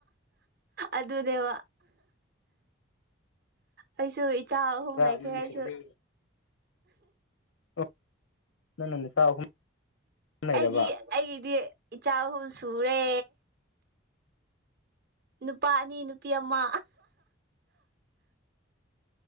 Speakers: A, on the right; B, on the left.
A: ꯑꯗꯨꯅꯦꯕ ꯑꯩꯁꯨ ꯏꯆꯥ ꯑꯍꯨꯝ
B: ꯏꯆꯥ
A: ꯂꯩꯈ꯭ꯔꯦ
B: ꯑꯅꯤ
A: ꯑꯩꯁꯨ
B: ꯁꯨꯔꯦ ꯑꯣ ꯅꯪꯅ ꯅꯨꯄꯥ ꯑꯍꯨꯝ ꯂꯩꯔꯦꯕ
A: ꯑꯩꯒꯤ ꯑꯩꯒꯤꯗꯤ ꯏꯆꯥ ꯑꯍꯨꯝ ꯁꯨꯔꯦ ꯅꯨꯄꯥ ꯑꯅꯤ ꯅꯨꯄꯤ ꯑꯃ